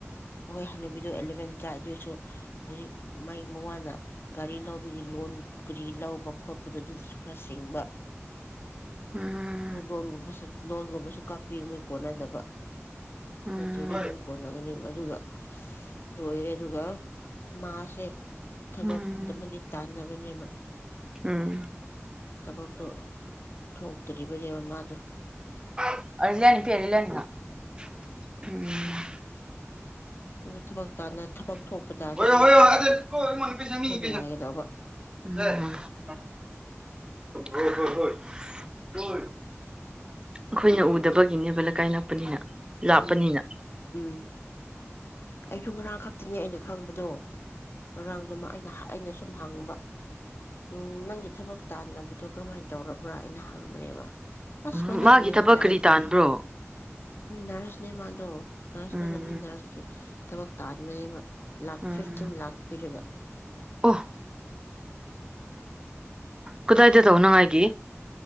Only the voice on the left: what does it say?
ꯑꯩꯈꯣꯏ ꯍꯥꯟꯅꯨꯕꯤꯗꯣ ꯑꯦꯂꯚꯦꯟ ꯇꯥꯏ ꯑꯗꯨꯏꯁꯨ ꯍꯧꯖꯤꯛ ꯃꯥꯏ ꯃꯉꯅ ꯒꯥꯔꯤ ꯂꯧꯕꯒꯤ ꯂꯣꯟ ꯀꯔꯤ ꯂꯧꯕ ꯈꯣꯠꯄꯗꯣ ꯑꯗꯨꯗꯁꯨ ꯈꯔ ꯦꯡꯕ
ꯗꯒ ꯂꯣꯟꯒꯨꯝꯕꯁꯨ ꯀꯛꯄꯤ ꯀꯣꯟꯅꯗꯕ
ꯅꯠꯇ꯭ꯔꯗꯤ ꯑꯗꯨꯝ ꯀꯣꯟꯅꯒꯅꯦꯕ ꯑꯗꯨꯒ ꯂꯣꯏꯔꯦ ꯑꯗꯨꯒ ꯃꯥꯁꯦ ꯊꯕꯛ
ꯑꯃꯗꯤ ꯇꯥꯟꯅꯕꯅꯦꯕ
ꯊꯕꯛꯇꯣ ꯊꯣꯛꯇ꯭ꯔꯤꯕꯅꯦꯕ ꯃꯥꯗꯣ
ꯗꯨ ꯊꯕꯛ ꯇꯥꯟꯅ ꯊꯕꯛ
ꯊꯣꯛꯄ ꯇꯥꯔꯗꯤ ꯃꯣꯏ ꯈꯔ ꯅꯨꯡꯉꯥꯏꯒꯗꯧꯕ
ꯎꯝ ꯎꯝ ꯑꯩꯁꯨ ꯉꯔꯥꯡ ꯈꯛꯇꯅꯤ ꯑꯩꯅ ꯈꯪꯕꯗꯣ ꯉꯔꯥꯡꯗꯣ ꯃꯥ ꯑꯩꯅ ꯍꯥ ꯑꯩꯅ ꯁꯨꯝ ꯍꯪꯕ ꯎꯝ ꯅꯪꯒꯤ ꯊꯕꯛ ꯇꯥꯟꯅꯕꯗꯣ ꯀꯔꯝꯃꯥꯏꯅ ꯇꯧꯔꯕ꯭ꯔꯥ ꯑꯩꯅ ꯍꯪꯕꯅꯦꯕ ꯑ ꯑꯩ
ꯁ ꯃꯅꯥꯃꯤꯜ
ꯅꯥꯏꯗꯔꯗꯤ
ꯃꯤ ꯅꯔꯁꯅꯦ ꯃꯥꯗꯣ ꯅꯔꯁ
ꯅꯤꯅ ꯃꯤ ꯅꯔꯆꯀꯤ ꯊꯕꯛ ꯇꯥꯟꯕꯅꯦꯕ ꯂꯥꯛ
ꯐꯤꯐꯇꯤꯟ ꯂꯥꯛꯈ ꯄꯤꯔꯒ